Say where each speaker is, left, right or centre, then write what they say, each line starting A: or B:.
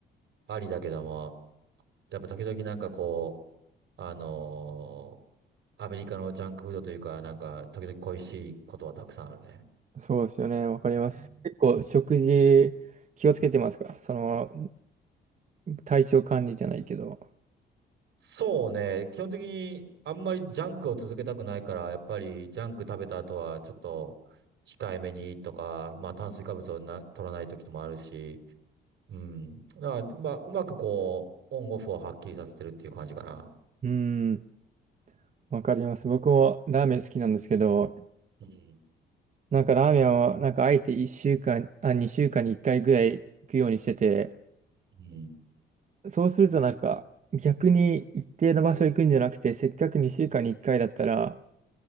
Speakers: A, on the right; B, on the right.
A: ありだけども、やっぱ時々なんかこう、あのーアメリカのジャンクフードというか、なんか時々恋しいことはたくさんあるね。
B: そうですよね。わかります。
A: うん
B: 結構食事気をつけてますかその体調管理じゃないけど。
A: そうね。基本的にあんまりジャンクを続けたくないから、やっぱりジャンク食べた後はちょっと控えめにとか、まあ炭水化物をな取らない時もあるし、うん。だからまあ、うまくこう、オンオフをはっきりさせてるっていう感じかな。
B: うん。わかります。僕もラーメン好きなんですけど、
A: うん。
B: なんかラーメンは、なんかあえて1週間、あ、2週間に1回ぐらい行くようにしてて、
A: うん。
B: そうするとなんか逆に一定の場所行くんじゃなくて、せっかく2週間に1回だったら、